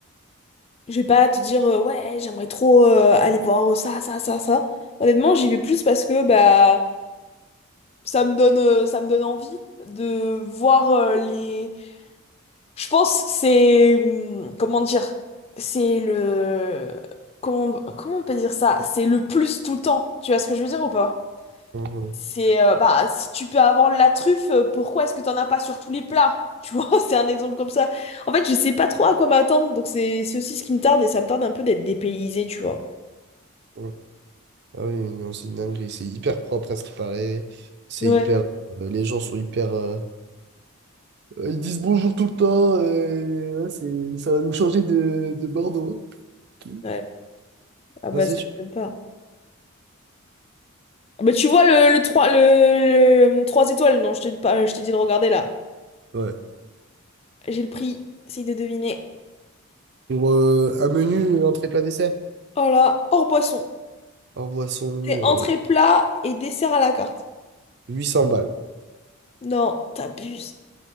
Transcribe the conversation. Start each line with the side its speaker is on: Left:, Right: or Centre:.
Left: Je vais pas à te dire, euh, ouais, j'aimerais trop euh, aller voir ça, ça, ça, ça. Honnêtement, j'y vais plus parce que bah. Ça me donne, euh, ça me donne envie de voir euh, les. Je pense c'est hum, comment dire, c'est le comment comment on peut dire ça? C'est le plus tout le temps. Tu vois ce que je veux dire ou pas?
Right: Mhm.
Left: C'est euh, bah si tu peux avoir la truffe, euh, pourquoi est-ce que t'en as pas sur tous les plats? Tu vois, <laughs> c'est un exemple comme ça. En fait, je sais pas trop à quoi m'attendre, donc c'est c'est aussi ce qui me tarde et ça me tarde un peu d'être dépaysé, tu vois.
Right: Mhm. Ah oui, non, c'est une dinguerie. C'est hyper propre à ce qui paraît. C'est
Left: Ouais.
Right: hyper. euh, les gens sont hyper. euh, Euh, Ils disent bonjour tout le temps. et, ouais, c'est, ça va nous changer de, de Bordeaux. Ok.
Left: Ouais. Ah bah
Right: Ça, c'est
Left: ça
Right: sûr.
Left: me donne pas. Bah, tu vois le, le trois le, le 3 étoiles, non, je t'ai pas, je t'ai dit de regarder là.
Right: Ouais.
Left: J'ai le prix, essaye de deviner.
Right: Pour euh, un menu, une entrée plat dessert,
Left: Oh là, hors boisson.
Right: un boisson,
Left: C'est entrée
Right: euh,
Left: plat et dessert à la carte.
Right: 800 balles,
Left: Non, t'abuses.